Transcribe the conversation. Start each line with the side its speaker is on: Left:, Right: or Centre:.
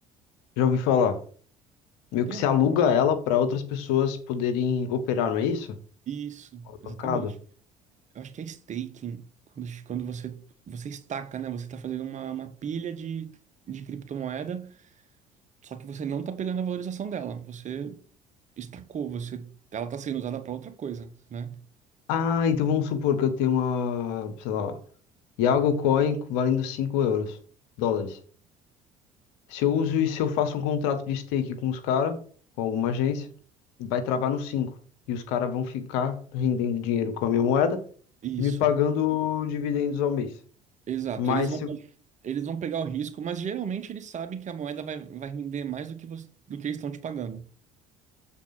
Left: já ouvi falar. Meio
Right: Tem
Left: que
Right: um
Left: se
Right: tal
Left: aluga
Right: nome.
Left: ela pra outras pessoas poderem operar, não é isso?
Right: Isso,
Left: Alavancado.
Right: exatamente. Eu acho que é staking. Quando, quando você, você estaca, né? Você está fazendo uma, uma pilha de, de criptomoeda, só que você não está pegando a valorização dela. Você estacou, você, ela está sendo usada para outra coisa, né?
Left: Ah, então vamos supor que eu tenho uma, sei lá, Iago Coin valendo 5 euros, dólares. Se eu uso e se eu faço um contrato de stake com os caras, com alguma agência, vai travar no cinco E os caras vão ficar rendendo dinheiro com a minha moeda
Right: Isso.
Left: e me pagando dividendos ao mês.
Right: Exato,
Left: Mas
Right: eles vão,
Left: se eu.
Right: eles vão pegar o risco, mas geralmente eles sabem que a moeda vai, vai render mais do que, você, do que eles estão te pagando,